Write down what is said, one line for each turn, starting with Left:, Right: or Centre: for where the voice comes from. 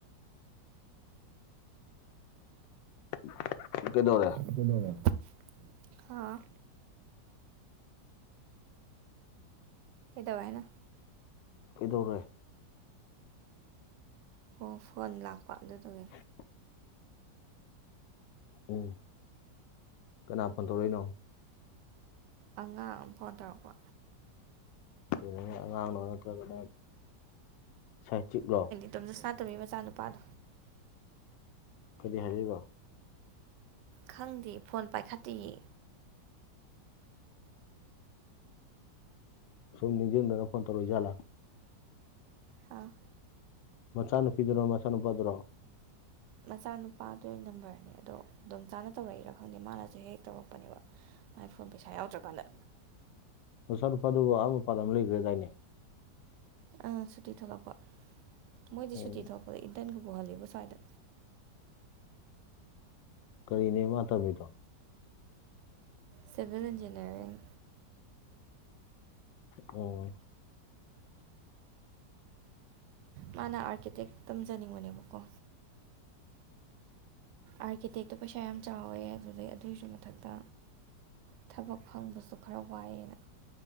Left: <unintelligible> ꯀꯩꯗꯧꯔꯦ꯫
Right: <unintelligible> ꯍꯥꯥ ꯀꯩꯗꯧꯋꯦ ꯍꯥꯏꯅꯣ
Left: ꯀꯩꯗꯧꯔꯦ꯫
Right: ꯑꯣ ꯐꯣꯟ ꯂꯥꯛꯄ ꯑꯗꯨꯗꯨꯒꯤ
Left: <inaudible> ꯎꯝ ꯀꯅꯥ ꯐꯣꯟ ꯇꯧꯔꯛꯏꯅꯣ꯫
Right: ꯑꯉꯥꯡ ꯑꯃ ꯐꯣꯟ ꯇꯧꯔꯛꯄ꯫
Left: ꯀꯩꯅꯣꯅꯦ ꯑꯉꯥꯡꯅꯣ ꯅꯠꯇ꯭ꯔꯒꯅ ꯁꯥꯏꯡꯆꯤꯛꯂꯣ꯫
Right: ꯗꯣꯝꯆꯥ ꯁꯅꯥꯇꯣꯃꯤ ꯃꯆꯥꯅꯨꯄꯥꯗꯣ꯫
Left: ꯀꯔꯤ ꯍꯥꯏꯔꯛꯏꯕ꯫
Right: ꯈꯪꯗꯦ ꯐꯣꯟ ꯄꯥꯏꯈꯠꯇꯤꯌꯦ꯫
Left: ꯁꯨꯝ ꯅꯤꯡꯖꯤꯡꯗꯅ ꯐꯣꯟ ꯇꯧꯔꯛꯏ ꯖꯥꯠꯂ꯫
Right: ꯍꯥꯥ
Left: ꯃꯆꯥ ꯅꯨꯄꯤꯗꯨꯔꯣ ꯃꯆꯥ ꯅꯨꯄꯥꯗꯨꯔꯣ꯫
Right: ꯃꯆꯥꯅꯨꯄꯥ ꯗꯣꯏ ꯅꯝꯕꯔꯅꯦ ꯑꯗꯣ ꯗꯨꯝꯆꯥꯅ ꯇꯧꯔꯛꯏꯔ ꯈꯪꯗꯦ ꯃꯥꯅꯁꯨ ꯍꯦꯛ ꯇꯧꯔꯛꯄꯅꯦꯕ꯫ ꯃꯥꯏ ꯐꯣꯟ ꯄꯩꯁꯥ ꯌꯥꯎꯗ꯭ꯔꯀꯥꯟꯗ꯫
Left: ꯃꯆꯥ ꯅꯨꯄꯥꯗꯨꯕꯨ ꯑꯥ ꯃꯄꯥꯜ ꯂꯝ ꯂꯩꯒ꯭ꯔꯦꯗꯥꯏꯅꯦ꯫
Right: ꯑꯥ ꯁꯨꯇꯤ ꯊꯣꯛꯂꯛꯄ ꯃꯣꯏꯗꯤ
Left: ꯑꯣ
Right: ꯁꯨꯇꯤ ꯊꯣꯛꯄꯗ ꯏꯟꯇꯟꯒ ꯄꯨꯍꯜꯂꯤꯕꯣ ꯁ꯭ꯋꯥꯏꯗ꯫
Left: ꯀꯔꯤꯅꯦ ꯃꯥ ꯇꯝꯃꯤꯗꯣ꯫
Right: Civil engineering.
Left: ꯑꯣ꯫
Right: ꯃꯥꯅ ꯑꯥꯔꯀꯤꯇꯦꯛ ꯇꯝꯖꯅꯤꯡꯕꯅꯦꯕꯀꯣ꯫ ꯑꯥꯔꯀꯤꯇꯦꯛꯇꯣ ꯄꯩꯁꯥ ꯌꯥꯝ ꯆꯥꯎꯋꯦ ꯑꯗꯨꯗꯩ ꯑꯗꯨꯏꯁꯨ ꯃꯊꯛꯇ꯫ ꯊꯕꯛ ꯐꯪꯕꯁꯨ ꯈꯔ ꯋꯥꯏꯌꯦꯅ꯫